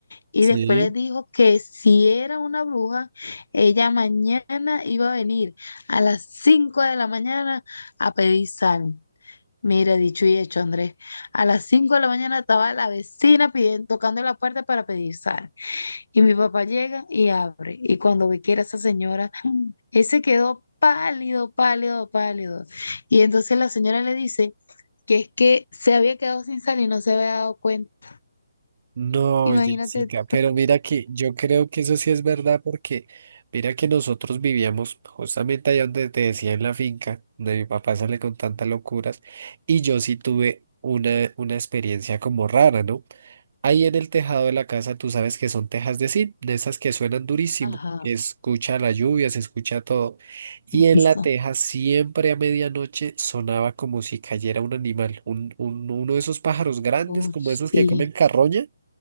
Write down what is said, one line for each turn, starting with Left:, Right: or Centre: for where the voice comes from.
Left: Y
Right: sí.
Left: después les dijo que si era una bruja, ella mañana iba a venir a las 5 de la mañana a pedir sal. Mira, dicho y hecho, Andrés. A las 5 de la mañana estaba la vecina pidiendo, tocando la puerta para pedir sal. Y mi papá llega y abre. Y cuando ve que era esa señora, él se quedó pálido, pálido, pálido. Y entonces la señora le dice que es que se había quedado sin sal y no se había dado cuenta.
Right: No,
Left: Imagínate.
Right: Jessica,
Left: tú.
Right: pero mira que yo creo que eso sí es verdad porque mira que nosotros vivíamos justamente allá donde te decía en la finca, donde mi papá sale con tantas locuras, y yo sí tuve una, una experiencia como rara, ¿no? Ahí en el tejado de la casa tú sabes que son tejas de zinc, de esas que suenan durísimo,
Left: Ajá.
Right: que escucha la lluvia, se escucha todo, y en
Left: eso.
Right: la teja siempre a medianoche sonaba como si cayera un animal, un, un- uno de esos pájaros grandes
Left: Oh,
Right: como
Left: sí,
Right: esos que comen carroña